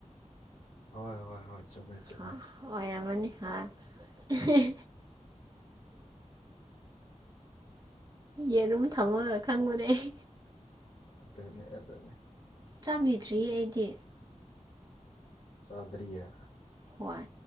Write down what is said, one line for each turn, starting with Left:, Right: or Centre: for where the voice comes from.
Left: ꯍꯣꯏ ꯍꯣꯏ ꯍꯣꯏ ꯆꯨꯝꯃꯦ ꯆꯨꯝꯃꯦ
Right: ꯍ ꯑꯣꯏꯔꯝꯃꯅꯤ ꯍꯣꯏ ꯌꯦꯔꯨꯝ ꯊꯝꯃꯒ ꯈꯪꯕꯅꯦ ꯑꯩ
Left: ꯑꯗꯨꯗꯅꯦ ꯑꯗꯨ ꯑꯗꯨꯅꯤꯅꯦ
Right: ꯆꯥꯃꯤꯗ꯭ꯔꯤꯌꯦ ꯑꯩꯗꯤ
Left: ꯆꯗꯔꯤꯌꯥ
Right: ꯍꯣꯏ